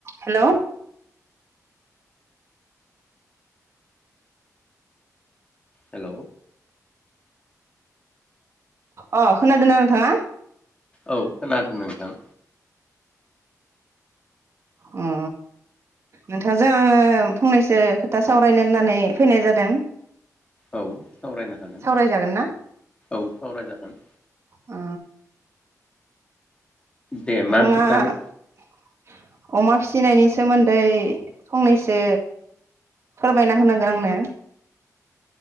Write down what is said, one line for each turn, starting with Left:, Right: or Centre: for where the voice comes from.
Right: <inaudible> हेल
Left: हेल
Right: अ खना दना नोथाङा
Left: औ खोनादों नोंथां
Right: अ नोंथांजों आङो फंनैसो खोथा सावरायनो होननानै फैनाय जादों
Left: औ सावरायनो हागोन
Right: सावरायजागोन ना
Left: औ सावरायजागोन
Right: अ
Left: दे
Right: नोंथाङा
Left: मा खोथानि
Right: <inaudible> अमा फिसिनायनि सोमोन्दै फंनैसो फोरमायना होनांगोन आंनो